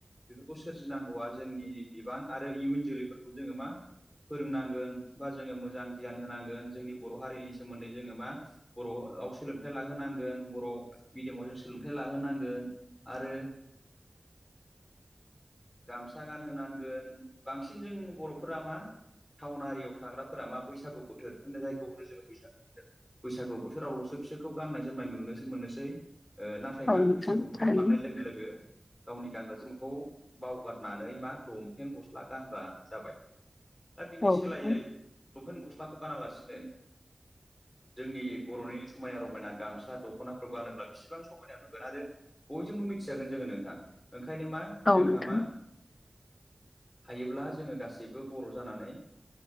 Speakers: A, on the left; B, on the left.
A: बेफोरखौ सोरजिनांगौआ जोंनि बिबान आरो इयुन जोलैफोरखौ जोङो मा फोरोंनांगोन बा जोङो मोजां गियान होनांगोन जोंनि बर' हारिनि सोमोन्दै जोङो मा बर' आव सोलोंथाइ लाहोनांगोन बर' मिडियामाव जों सोलोंथाइ लाहोनांगोन आरो।
B: <inaudible>
A: गामसा गानहोनांगोन बांसिन जों बर'फोरा मा टाउन आरिआव थाग्राफोरा मा बैसागु बोथोर होनो जायखौ होनो जोङो बैसागु बोथोर बैसागु बोथोरावल'सो बिसोरखौ गाननाय जोमनाय नुनो मोननोसै नाथाय
B: औ
A: मा
B: नोंथां
A: बैसागु बोथोर
B: थारैनो
A: फाननाय लोगो लोगो गावनि गानग्रा जोमग्राखौ बावगारनानै मा लंफेन गस्ला गानग्रा जाबाय दा बिनि
B: औ
A: सोलायै
B: नोंथां
A: लंपेन गस्लाखौ गानालासिनो
B: <inaudible>
A: जोंनि बर'नि समायना रमायना गामसा दख'नाफोरखौ गानोब्ला बेसिबां समायना नुगोन। आरो बयजोंबो मिथिजागोन जङोन नोंथां ओंखायनो मा
B: औ
A: जोंहा
B: नोंथां।
A: मा हायोब्ला जोङो गासैबो बर' जानानै,